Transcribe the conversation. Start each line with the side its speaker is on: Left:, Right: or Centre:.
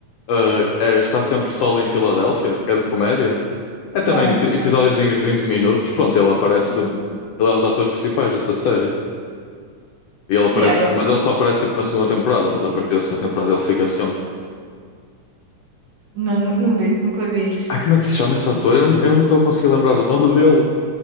Left: ah, é, está sempre solo em Filadélfia, que é de comédia. É
Right: Não,
Left: também ep-
Right: não,
Left: episódiozinhos de 20 minutos. Pronto, ele aparece.
Right: não.
Left: Ele é um dos atores principais dessa série. E ele aparece.
Right: Yeah,
Left: Mas ele só aparece tipo na segunda temporada. Mas a partir da segunda temporada ele fica sempre.
Right: Não, nu- não vi, nunca vi isso.
Left: Ai, como é que se chama esse
Right: Nunca
Left: ator?
Right: vi.
Left: Eu não, eu não me estou a conseguir lembrar do nome dele.